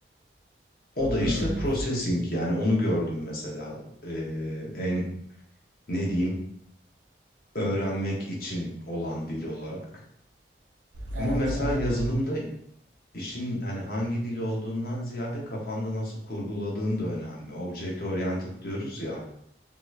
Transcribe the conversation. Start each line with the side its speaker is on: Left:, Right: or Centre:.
Left: O da işte
Right: Hmm.
Left: processing yani onu gördüm mesela ee, en ne diyeyim öğrenmek için olan dil olarak.
Right: Evet
Left: Ama mesela
Right: anladım.
Left: yazılımda İşin hani hangi dil olduğundan ziyade kafanda nasıl kurguladığın da önemli. Object oriented diyoruz ya.